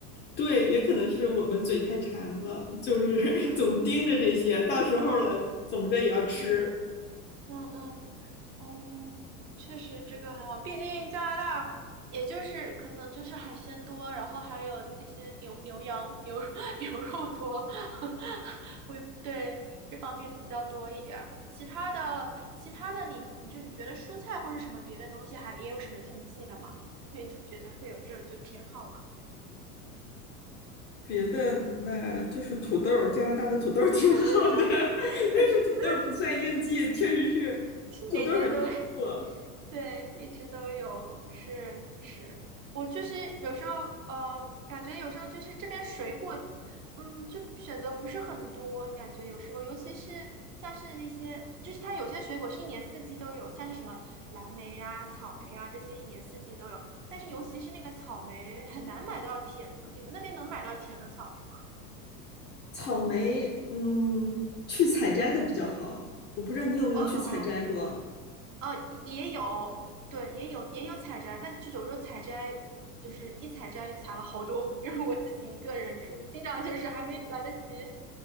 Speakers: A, on the left; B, on the right.
A: 对，也可能是我们嘴太馋了，就是 <laughs>
B: 嗯
A: 总盯着这些，到时候了怎么着也要吃。
B: 嗯。嗯嗯。哦，确实这个很好，毕竟加拿大也就是可能就是海鲜多，然后还有那些牛牛羊牛 <laughs> 牛肉多，<laughs> 我也对这方面比较多一点儿。其他的其他的你，你就你觉得蔬菜或者什么别的东西还也有什么应季的吗？<laughs> 你会觉得会有这就偏好吗？
A: 别的那就是土豆加拿大的土豆挺好的，
B: 嗯，<laughs>
A: 但是土豆不算应季，确实是
B: 是每年都有
A: 土豆很丰富。
B: 对，一直都有，是是，我就是有时候，呃，感觉有时候就是这边水果，嗯，就选择不是很多，感觉有时候，尤其是像是那些，就是它有些水果是一年四季都有，像是什么蓝莓啊、草莓啊这些一年四季都有，但是尤其是那个草莓很难买到甜的，你们那边能买到甜的草莓吗？
A: 草莓，嗯，
B: 嗯，
A: 去采摘的比较好。我不知道你有没有去采摘过，
B: 哦哦哦，也有，对，也有也有采摘，但就有时候采摘就是一采摘采了好多，<laughs> 因为我自己一个人住，经常就是还没来得及